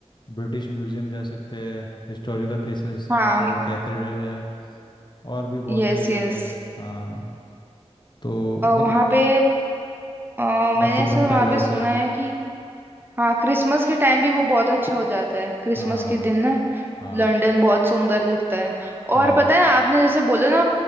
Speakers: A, on the left (about 40°); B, on the right (about 20°).
A: ब्रिटिश म्यूजियम जा सकते हैं historical places Saint
B: हाँ
A: Paul Cathedral है और भी बहुत
B: Yes
A: सारी जगह
B: yes
A: है हाँ तो मतलब
B: वहाँ पे अ, मैंने
A: बकिंगम
B: ऐसा वहाँ
A: पैलेस
B: पे सुना
A: है
B: है कि हाँ क्रिसमस के टाइम भी वो बहुत अच्छा हो जाता है क्रिसमस
A: हाँ
B: के दिन ना
A: हाँ
B: लंदन बहुत सुंदर दिखता है
A: हाँ
B: और पता है आपने जैसे बोला ना